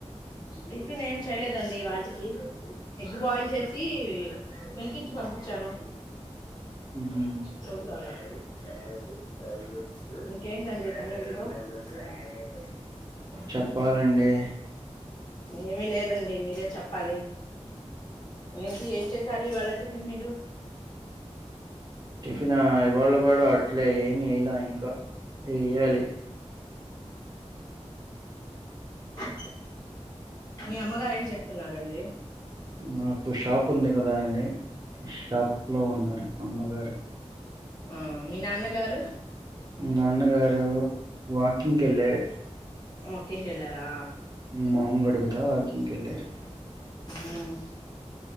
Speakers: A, on the left; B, on the right.
A: టిఫిన్ ఏం చేయలేదండి ఇవాల్టికి ఎగ్ బాయిల్ చేసి మిల్కి ఇచ్చి పంపించాను
B: మ్మ్
A: సుడాఅడా చాడు ఇంకేంటండి సంగతులు యు అడ్డాయి
B: చెప్పాలండి
A: ఏమి లేదండి మీరే చెప్పాలి ఏంటి ఏం చేసారు ఇ వాళ్ళ టిఫిన్ మీరు
B: టిఫిన ఇవాళ కూడా అట్లే ఏమి ఇయలా ఇంకా ఎయ్యాలి
A: అవునా మీ అమ్మగారు ఏం చేస్తున్నారండి
B: మాకు షాప్ ఉంది కదా అండి షాప్ లో ఉన్నారు అమ్మగారు
A: ఆ మీ నాన్నగారు
B: నాన్నగారు వాకింగ్కి వెళ్లారు
A: వాకింగ్కి వెళ్ళారా
B: మొహం కడుగుతా వాకింగ్ కి వెళ్లారు
A: ఉమ్